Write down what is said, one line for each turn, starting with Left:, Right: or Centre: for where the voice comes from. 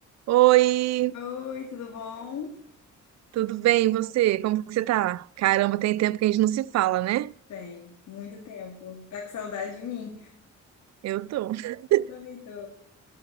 Right: Oi,
Left: Oi, tudo bom?
Right: tudo bem? E você? Como que você tá? Caramba, tem tempo que a gente não se fala, né?
Left: Bem, muito tempo. Tá com saudade de mim?
Right: Eu tô <laughs>
Left: Eu também tô.